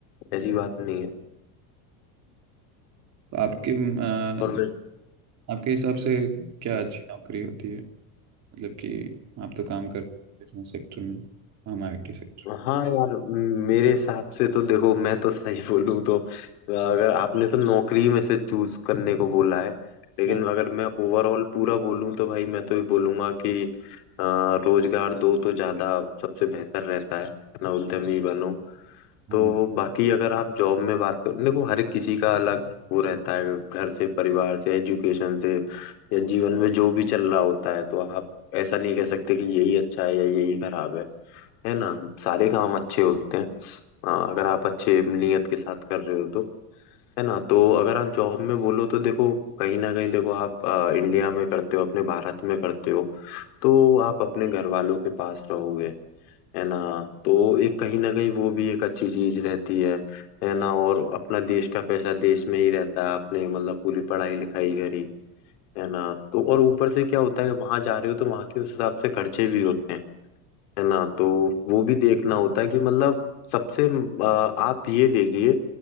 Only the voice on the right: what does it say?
तो आपके आ,
आपके हिसाब से क्या
अच्छी नौकरी होती है मतलब कि आप तो काम कर बिजनेस सेक्टर में हम आईटी सेक्टर
हाँ
हाँ